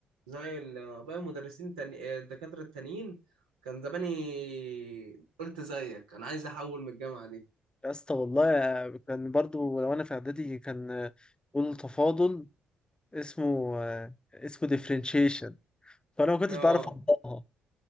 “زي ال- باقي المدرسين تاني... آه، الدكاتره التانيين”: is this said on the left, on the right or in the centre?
Right